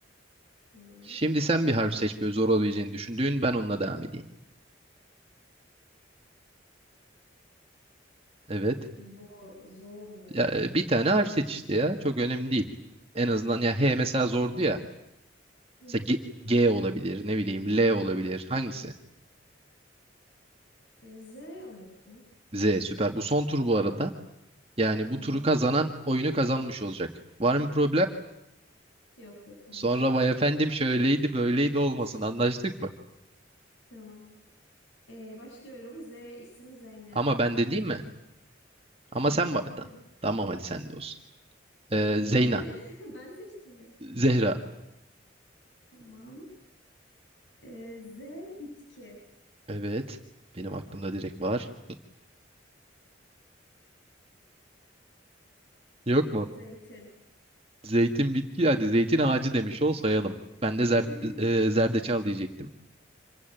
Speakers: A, on the left; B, on the right.
A: Tamam.
B: Şimdi sen bir harf seç böyle zor olabileceğini düşündüğün ben onunla devam edeyim. Evet.
A: Zor, zor mu
B: Ya, e,
A: olsun?
B: bir tane harf seç işte ya. Çok önemli değil. En azından ya H mesela zordu ya.
A: Hı hı.
B: Mesela G, G olabilir ne bileyim L olabilir. Hangisi?
A: E, Z olsun.
B: Z süper. Bu son tur bu arada. Yani
A: Tamam.
B: bu turu kazanan oyunu kazanmış olacak. Var mı problem?
A: Yok yok tamam.
B: Sonra vay efendim şöyleydi böyleydi olmasın
A: <laughs>
B: anlaştık mı?
A: Tamam. Ee, başlıyorum. Z isim Zeynep.
B: Ama ben de değil mi? Ama
A: Hayır
B: sen bana
A: bende.
B: da. Tamam hadi sen de olsun. Ee,
A: Bende.
B: Zeyna.
A: <laughs> Ben seçtim ya.
B: Zehra.
A: Tamam. Ee, Z bitki.
B: Evet. Benim aklımda direkt var. Yok mu?
A: Zeytin.
B: Zeytin bitki hadi zeytin ağacı demiş ol sayalım. Ben de zer,
A: <laughs>
B: e, zerdeçal diyecektim.